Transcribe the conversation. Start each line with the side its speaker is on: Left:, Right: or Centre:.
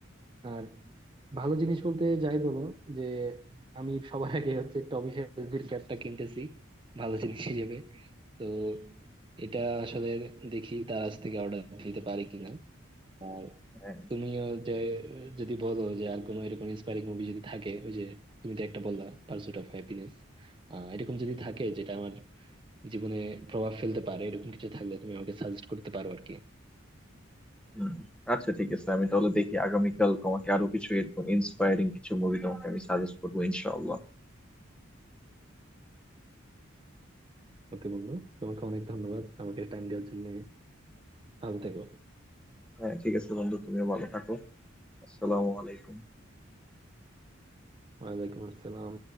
Right: আর ভালো জিনিস বলতে যাই বলো যে আমি সবার আগে হচ্ছে টমি শেলবির ক্যাপটা কিনতেছি ভালো জিনিস হিসেবে তো এটা আসলে দেখি তার কাছ থেকে অর্ডার দিতে পারি কিনা আর
Centre: হ্যাঁ
Right: তুমিও যে যদি বলো যে আর কোনো এরকম ইন্সপায়ারিং মুভি যদি থাকে ওই যে তুমি তো একটা বললা পার্সুট অফ হ্যাপিনেস আহ এরকম যদি থাকে যেটা আমার জীবনে প্রভাব ফেলতে পারে এরকম কিছু থাকলে তুমি আমাকে সাজেস্ট করতে পারো আর কি
Centre: হুম। আচ্ছা ঠিক আছে আমি তাহলে দেখি আগামীকাল তোমাকে আরো কিছু এরকম ইন্সপায়ারিং কিছু মুভি তোমাকে আমি সাজেস্ট করবো ইনশাআল্লাহ
Right: ওকে বন্ধু তোমাকে অনেক ধন্যবাদ আমাকে টাইম দেওয়ার জন্য ভালো থেকো
Centre: হ্যাঁ ঠিক আছে বন্ধু তুমিও ভালো থাকো আসসালামু আলাইকুম
Right: ওয়ালাইকুম আসসালাম